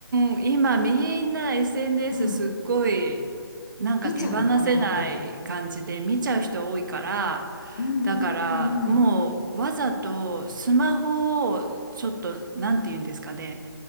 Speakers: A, on the right (about 55°); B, on the left (about 45°).
A: んうん、今みんな SNS
B: うん
A: すっごいなんか手放せない感じで見ちゃう人多いから、
B: 見ちゃうのかなやっぱり。うんうんうんうん。
A: だからもうわざとスマホをちょっと、なんて言うんですかね、